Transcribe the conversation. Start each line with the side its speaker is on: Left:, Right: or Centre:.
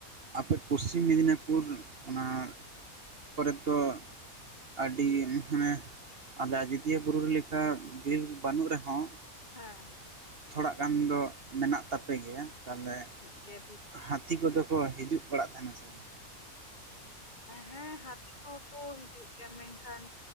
Right: ᱟᱯᱮ ᱯᱚᱥᱤᱢ ᱢᱮᱫᱽᱱᱮᱯᱩᱨ ᱚᱱᱟ ᱠᱚᱨᱮ ᱛᱚ ᱟᱹᱰᱤ ᱦᱟᱸᱱᱮ ᱟᱫᱚ ᱟᱡᱚᱫᱤᱭᱟᱹ ᱵᱩᱨᱩ ᱞᱮᱠᱟ ᱵᱤᱨ ᱵᱟᱹᱱᱩᱜ ᱨᱮᱦᱚᱸ᱾
Left: ᱦᱮᱸ᱾
Right: ᱛᱷᱚᱲᱟ ᱜᱟᱱ ᱫᱚ ᱢᱮᱱᱟᱜ ᱛᱟᱯᱮᱜ ᱜᱮᱭᱟ ᱛᱟᱦᱚᱞᱮ
Left: ᱜᱮᱵᱤᱨ᱾
Right: ᱦᱟᱹᱛᱤ ᱠᱚᱫᱚ ᱠᱚ ᱦᱤᱡᱩᱜ ᱵᱟᱲᱟᱜ ᱛᱟᱦᱮᱱᱟ ᱥᱮ ᱵᱟᱝ?
Left: ᱦᱮᱸ ᱦᱟᱹᱛᱤ ᱠᱚᱦᱚᱸ ᱠᱚ ᱦᱤᱡᱩᱜ ᱜᱮᱭᱟ ᱢᱮᱱᱠᱷᱟᱱ